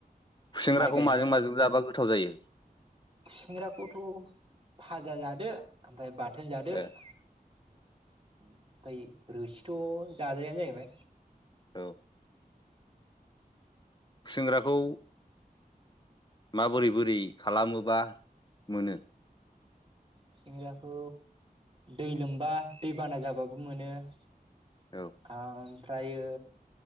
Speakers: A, on the left; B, on the right.
A: खुसेंग्राखौ
B: माइ गायनाय
A: माजों माजों जाबा गोथाव जायो
B: सिंग्राखौथ फा फाजा जादो ओमफ्राय बाथोन जादो ओमफ्राय
A: ओ
B: रोसिथ' जाजाया जाहैबाय।
A: औ।
B: <inaudible>
A: खुसेंग्राखौ माबोरै बोरै खालामोबा मोनो?
B: खुसेंग्राखौ दै लोमबा दै बाना जाबाबो मोनो। आंं।
A: औ
B: ओमफ्रायो